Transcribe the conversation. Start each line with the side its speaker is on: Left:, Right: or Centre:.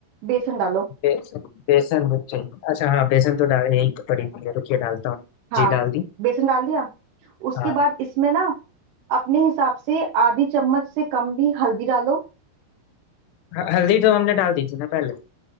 Right: बेसन डालो
Left: बेसन बेसन भी चाहिए अच्छा हाँ बेसन तो डाल यही तो पड़ी हुई है रुकिए डालता हूँ
Right: हाँ
Left: जी डाल दी
Right: बेसन डाल दिया उसके
Left: हाँ
Right: बाद इसमें ना अपने हिसाब से आधी चम्मच से कम भी हल्दी डालो
Left: ह- हल्दी तो हमने डाल दी थी ना पहले